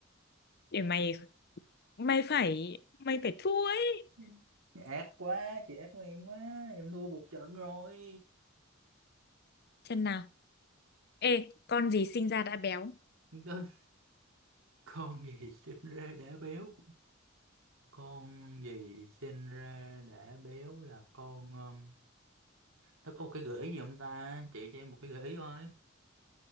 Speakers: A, on the left; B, on the right.
A: để mày mày phải mày phải thua ấy.
B: Ừ. ác quá chị ác của em quá em thua một trận rồi
A: Xem nào. Ê, con gì sinh ra đã béo?
B: <laughs> con con gì sinh ra đã béo con gì sinh ra đã béo là con um, nó có một cái gợi ý gì không ta chị cho em một cái gợi ý thôi